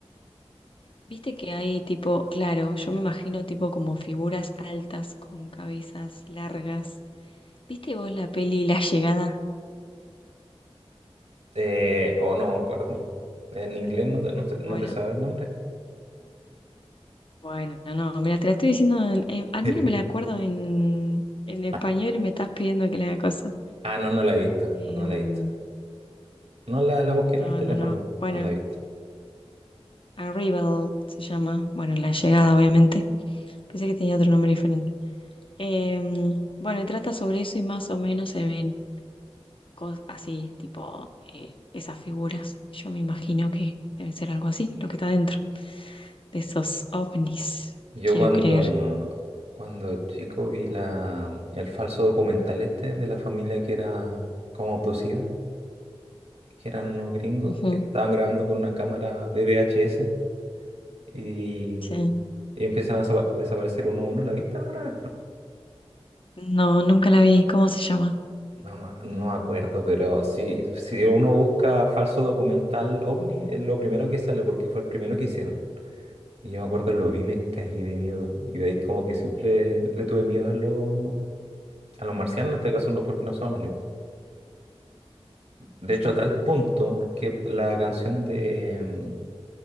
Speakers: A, on the left; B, on the right.
A: viste que hay tipo, claro, yo me imagino tipo como figuras altas con cabezas largas. ¿Viste vos la peli La Llegada?
B: eh, o no me acuerdo. En inglés no te, no te, no
A: Bueno,
B: te sabe el nombre.
A: bueno, no, mira, te la estoy diciendo, en- en- al
B: <laughs>
A: menos me la acuerdo en, en español
B: Ah,
A: y me estás pidiendo que la haga cosa.
B: ah, no, no la he visto, no,
A: Em,
B: no la he visto. No la, la busqué
A: no,
B: en el teléfono,
A: no, no. Bueno,
B: no la he visto.
A: Arrival se llama, bueno, La Llegada, obviamente. Pensé que tenía otro nombre diferente. Em, bueno, y trata sobre eso y más o menos se ven. cos- así, tipo eh, esas figuras. Yo me imagino que deben ser algo así, lo que está dentro de esos ovnis,
B: Yo
A: quiero
B: cuando,
A: creer.
B: cuando chico vi la, el falso documental este de la familia que era como abducida, que eran unos gringos
A: Ujú,
B: que estaban grabando con una cámara de VHS y,
A: Sí.
B: y empiezan a desapa- desaparecer uno a uno. ¿La viste alguna vez?
A: No, nunca la vi. ¿Cómo se llama?
B: No, no, me no me acuerdo, pero sí, si uno busca falso documental ovni, es lo primero que sale porque fue el primero que hicieron. Y yo me acuerdo, lo vi, me cagué de miedo. Y de ahí como que siempre le tuve miedo a los, a los marcianos, en este caso no porque no son omnípodos. De
A: Sí,
B: hecho, a tal punto que la canción de mm,